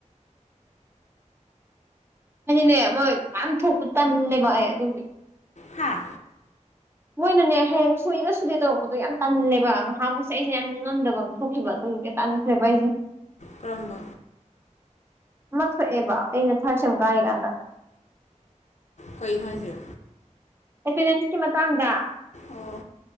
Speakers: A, on the right; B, on the left.
A: ꯍꯥꯏꯗꯤꯅꯦ ꯃꯣꯏ ꯃꯌꯥꯝ ꯊꯣꯛꯄ ꯇꯟꯅꯦꯕ ꯑꯩ ꯑꯗꯨꯒꯤ
B: ꯍꯥꯥ
A: ꯃꯣꯏꯅꯅꯦ ꯍꯌꯦꯡ ꯁꯨꯅ ꯁꯨꯗꯦ ꯇꯧꯔꯛꯄꯗꯣ ꯌꯥꯝ ꯀꯜꯂꯦꯕ ꯉꯥꯏꯍꯥꯕꯨꯁꯦ ꯑꯩꯁꯦ ꯌꯥꯝ ꯅꯤꯡꯉꯝꯗꯕ ꯑꯃ ꯊꯣꯛꯈꯤꯕ ꯑꯗꯣ ꯇꯥꯟꯁꯔ ꯄꯦ
B: ꯀꯔꯨꯝꯝꯕ
A: ꯃꯊ ꯑꯦꯕ ꯏꯩꯅ ꯆꯠꯆꯝ ꯀꯥꯅꯤꯒꯥꯟꯗ
B: ꯍꯣꯏꯅꯖꯤꯦ
A: ꯑꯩ ꯅꯅꯤꯆ ꯃꯥꯡꯗ
B: ꯑꯣ